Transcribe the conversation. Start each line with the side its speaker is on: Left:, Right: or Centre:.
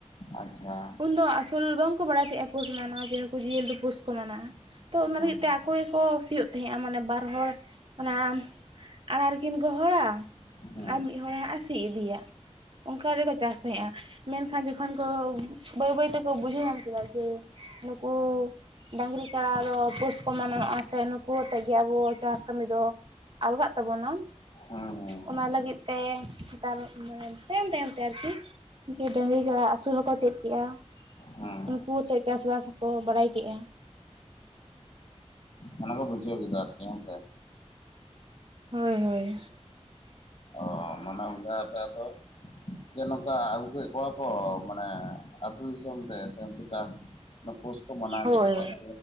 Left: ᱟᱪᱪᱷᱟ
Right: ᱩᱱᱫᱚ ᱟᱥᱩᱞ ᱵᱟᱝ ᱠᱚ ᱵᱟᱲᱟᱭ ᱛᱟᱦᱮᱸᱜ-ᱟ <unintelligible> ᱡᱤᱭᱟᱹᱞ ᱫᱚ ᱯᱩᱥ ᱠᱚ ᱢᱟᱱᱟᱜ-ᱟ ᱛᱚ ᱚᱱᱟ
Left: ᱦᱩᱸ
Right: ᱞᱟᱹᱜᱤᱫ ᱛᱮ ᱟᱠᱚ ᱠᱚ ᱥᱤᱭᱳᱜ ᱛᱟᱦᱮᱸᱜ-ᱟ ᱢᱟᱱᱮ ᱵᱟᱨ ᱦᱚᱲ ᱚᱱᱟ ᱟᱲᱟᱨ ᱠᱤᱱ ᱜᱚᱦᱚᱸᱲᱟ
Left: ᱦᱩᱸ
Right: ᱟᱨ ᱢᱤᱫ ᱦᱚᱲ ᱦᱟᱸᱜ-ᱮ ᱥᱤ ᱤᱫᱤᱭᱟ ᱚᱱᱠᱟ ᱠᱟᱛᱮᱠᱚ ᱪᱟᱥ ᱛᱟᱦᱮᱸᱜ-ᱟ᱾ ᱢᱮᱱᱠᱷᱟᱱ ᱡᱚᱠᱷᱚᱱ ᱠᱚ, ᱵᱟᱹᱭ ᱵᱟᱹᱭ ᱛᱮᱠᱚ ᱵᱩᱡᱷᱟᱹᱣ ᱧᱟᱢ ᱠᱮᱫᱟ ᱡᱮ ᱠᱩ ᱰᱟᱝᱨᱤ, ᱠᱟᱲᱟ ᱫᱚ ᱯᱩᱥ ᱠᱚ ᱢᱟᱱᱚᱣᱜ-ᱟ ᱥᱮ ᱱᱩᱠᱩ ᱟᱛᱮᱜ ᱜᱮ ᱟᱵᱚ ᱪᱟᱥ ᱠᱟᱹᱢᱤ ᱫᱚ ᱟᱞᱜᱟᱜ ᱛᱟᱵᱚᱱᱟ
Left: ᱦᱩᱸ ᱦᱩᱸ
Right: ᱚᱱᱟ ᱞᱟᱹᱜᱤᱫ ᱛᱮ ᱱᱮᱛᱟᱨ ᱢᱟᱱᱮ ᱛᱟᱭᱚᱢ ᱛᱟᱭᱚᱢ ᱛᱮ ᱟᱹᱨᱠᱤ ᱰᱟᱹᱝᱨᱤ ᱠᱟᱲᱟ ᱟᱹᱥᱩᱞ ᱦᱚᱸᱠᱚ ᱪᱮᱫᱽ ᱠᱮᱜ-ᱟ,
Left: ᱦᱩᱸ ᱦᱩᱸ
Right: ᱩᱱᱠᱩ ᱟᱛᱮᱜ ᱪᱟᱥ ᱵᱟᱥ ᱠᱚ ᱵᱟᱲᱟᱭ ᱠᱮᱜ-ᱟ᱾
Left: ᱚᱱᱟᱠᱟ ᱵᱩᱡᱷᱟᱹᱣ ᱠᱮᱫᱟ ᱟᱹᱨᱠᱤ ᱦᱮᱸᱥᱮ᱾
Right: ᱦᱳᱭ ᱦᱳᱭ᱾
Left: ᱚ ᱢᱟᱱᱮ ᱚᱱᱠᱟ ᱠᱟᱛᱮ ᱟᱫᱚ ᱫᱮ ᱱᱚᱝᱠᱟ ᱟᱹᱜᱩ ᱠᱮᱫ ᱠᱚᱣᱟ ᱠᱚ, ᱢᱟᱱᱮ ᱟᱹᱛᱩ ᱫᱤᱥᱚᱢ ᱛᱮ ᱥᱮ ᱩᱱᱠᱩ ᱪᱟᱥ ᱚᱱᱟ ᱯᱳᱥ ᱠᱚ ᱢᱟᱱᱟᱣ
Right: ᱦᱳᱭ
Left: ᱠᱮᱫ ᱠᱚᱣᱟ <inaudible>